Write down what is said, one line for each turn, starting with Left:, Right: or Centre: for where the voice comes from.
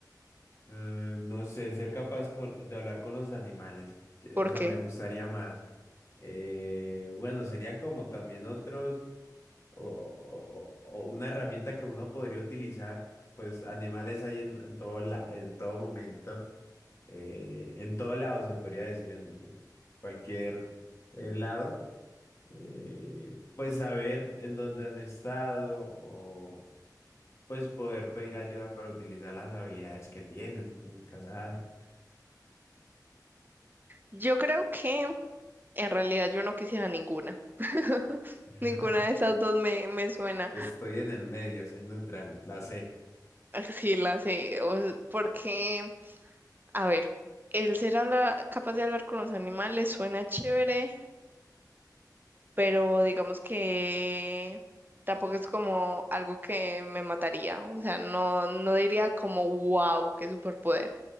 Left: Eh, no sé, ser capaz con- de hablar con los animales. eh,
Right: ¿Por
Left: O sea,
Right: qué?
Left: me gustaría más. Eh, bueno, serían como también otros. o, o- o- o una herramienta que uno podría utilizar, pues animales hay en, en todo la, en todo momento, eh, en todo lado se podría decir, en en cualquier eh, lado, eh, pues saber en dónde han estado o pues poder pedir ayuda para utilizar las habilidades que tienen, nunca sabe.
Right: Yo creo que en realidad yo no quisiera ninguna. <laughs>
Left: <laughs>
Right: Ninguna de esas dos me, me suena.
Left: que Estoy en el medio, soy neutral, la sé.
Right: Sí, la sé, o porque, a ver, el ser habla, capaz de hablar con los animales suena chévere, pero digamos que tampoco es como algo que me mataría, o sea, no, no diría como, wow, qué superpoder.